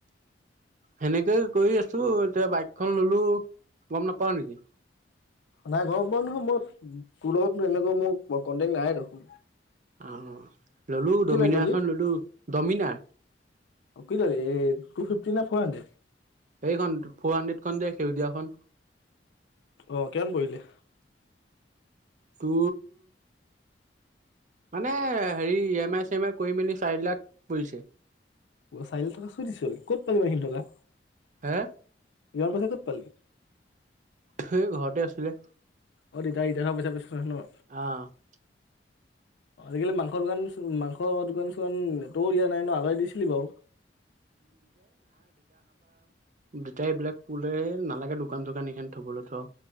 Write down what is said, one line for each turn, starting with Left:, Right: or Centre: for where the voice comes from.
Right: সেনেকে কৰি আছো এতিয়া বাইকখন ললো। গম নাপাও নেকি?
Left: নাই গম পোৱা নহয় মই তোৰ লগত এনেকুৱা মোৰ কন্টেক নাই দেখোন।
Right: অ ললো
Left: কি
Right: দমিনা
Left: বাইক ল'লি?
Right: এখন ললো দমিনাৰ।
Left: অ' কি ল'লি এই টু ফিফটি না ফ'ৰ হাণ্ড্ৰেড?
Right: সেইখন ফ'ৰ হাণ্ড্ৰেড খন সেউজীয়াখন।
Left: অ কিমান পৰিলে?
Right: টু মানে হেৰি এম আই চেম আই কৰি মেলি চাৰি লাখ পৰিছে।
Left: চাৰি লাখ টকা চুই দিছো ক'ত পালি ইমাখিনি টকা?
Right: হে?
Left: ইমান পাইচা ক'ত পালি।
Right: হে ঘৰতে আছিলে।
Left: অ দেতাই ৰিটাই হোৱা পইচা পাইছ ন।
Right: আহ <inaudible>
Left: আজিকালি মাংস দোকান, মাংস দোকান চোকানটোও দিয়া নাই ন, আগতে দিছিলি বাও।
Right: দেতাই এইবিলাক কোলে নালাগে দোকান চোকান এইখিন থবলৈ থ।